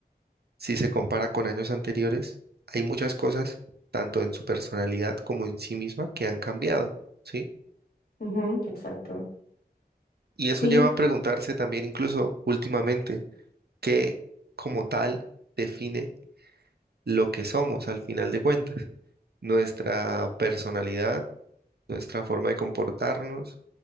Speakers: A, on the right; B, on the left.
A: si se compara con años anteriores, hay muchas cosas, tanto en su personalidad como en sí misma, que han cambiado, ¿sí?
B: ujú, exacto.
A: Y eso
B: Sí,
A: lleva a preguntarse también incluso últimamente, ¿qué como tal define lo que somos al final de cuentas? Nuestra personalidad, nuestra forma de comportarnos,